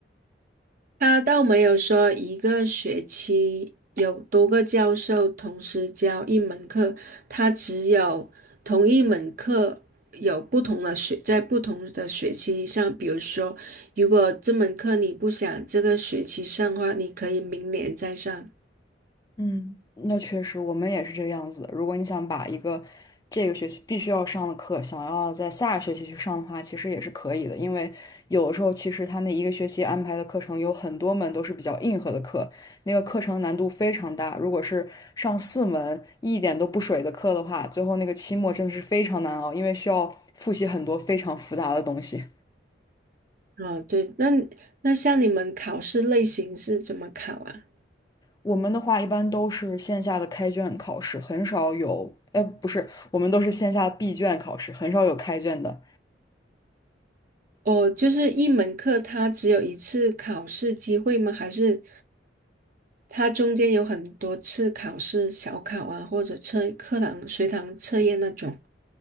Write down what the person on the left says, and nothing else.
嗯，那确实，我们也是这个样子的。如果你想把一个这个学期必须要上的课，想要在下个学期去上的话，其实也是可以的。因为有的时候，其实他那一个学期安排的课程有很多门都是比较硬核的课，那个课程难度非常大。如果是上四门一点都不水的课的话，最后那个期末真的是非常难熬，因为需要复习很多非常复杂的东西。
我们的话一般都是线下的开卷考试，很少有，哎，不是，我们都是线下闭卷考试，很少有开卷的。